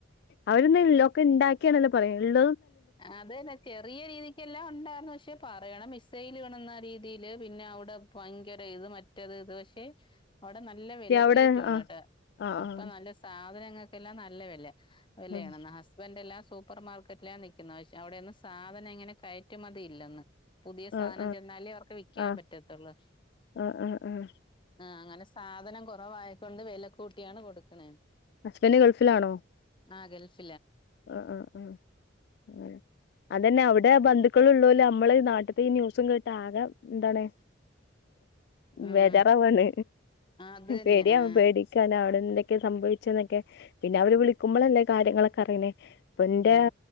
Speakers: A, on the left (about 60°); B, on the left (about 25°).
A: അവര് <unintelligible> ല്ലൊക്കെ ണ്ടാക്കി <unintelligible>
B: അതെന്നെ ചെറിയ രീതിക്കെല്ലാം ഒണ്ടാര്ന്നു പക്ഷെ പറയണ മിസൈൽ വീണെന്ന് ദേ ദേ ല്ല് പിന്നെ അവിടെ ഭയങ്ക ഇത് മറ്റേത് ഇത് പക്ഷെ അവിടെ നല്ല വില
A: അവിടെ
B: കയറ്റമാണ്
A: ആഹ്
B: കേട്ടോ
A: ആഹ്
B: ഇപ്പൊ
A: ആഹ്
B: നല്ല സാ സാധനങ്ങൾക്കെല്ലാം നല്ല വില വിലയാണെന്ന്
A: ആഹ്
B: ഹസ്ബൻഡ് എല്ലാം സൂപ്പർ മാർക്കറ്റിലാ നി ക്കുന്നത് പക്ഷേ അവിടെ ഒന്നും സാധനം ഇങ്ങനെ കയറ്റുമതി ഇല്ലന്ന് പുതിയ സാധനം
A: ആഹ്
B: ചെന്നാലേ അവർക്ക് വിക്കാൻ
A: ആഹ്
B: പറ്റത്തുള്ളൂ
A: ആഹ് ആഹ് ആഹ്
B: ആ അങ്ങനെ സാധനം കൊ വായിക്കൊണ്ട് വില കൂട്ടിയാണ് കൊടുക്കണേന്ന്
A: ഹസ്ബൻഡ് ഗൾഫിലാണോ
B: ആ ഗെൾഫ്
A: ആഹ് ആഹ് ആഹ് അങ്ങനെ അറ്റ് അതന്നെ അവിടെ ബന്ധുക്കളുള്ളോല് അമ്മള് ഈ നാട്ട്ത്തെ ഈ ന്യൂസും കേട്ട് ആകെ എന്താണ്
B: ആ
A: ബേജാറാവുവാണ്
B: അതന്നെ
A: പേടിയാ
B: ആ
A: പേടിക്കാന അവിടന്തെ ഒക്കെ സംഭവിച്ചതൊക്കെ പിന്നെ അവര് വിളിക്കുമ്പളല്ലേ കാര്യങ്ങളൊക്കെ അറിയ്ണ് പ്പന്റെ
B: ആ ആ